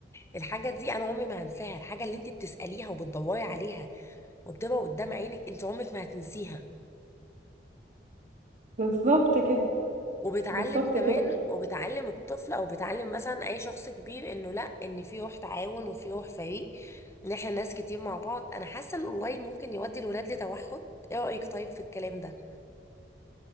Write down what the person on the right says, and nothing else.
بالظبط كده
بالظبط
كده